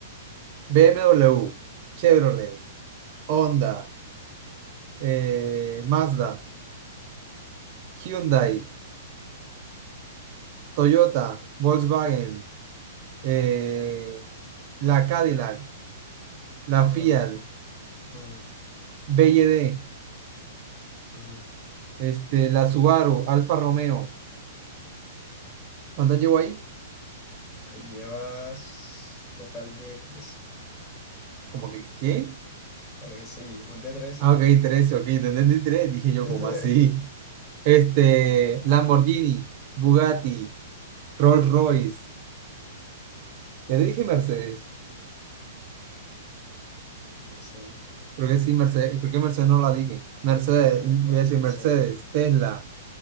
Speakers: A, on the right; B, on the left.
A: BMW, Chevrolet, Honda, eh, Mazda, Hyundai, Toyota,
B: Ajá,
A: Volkswagen, eh, la Cadillac, la
B: ajá,
A: Fiat.
B: ajá,
A: B Y D,
B: ajá.
A: este, la Subaru, Alfa Romeo. ¿Cuántas llevo ahí?
B: Ahí llevas total de 13.
A: Como que, ¿qué?
B: trece y yo conté trece
A: Ah, ok, 13, ok, te entendí tres, dije yo,
B: <laughs>
A: como así? Este, Lamborghini, Bugatti, Rolls Royce. Ya te dije Mercedes.
B: No sé.
A: Creo que sí, Mercedes, creo que Mercedes no la dije. Mercedes,
B: Dale
A: voy
B: pues,
A: a decir
B: Mercedes.
A: Mercedes, Tesla,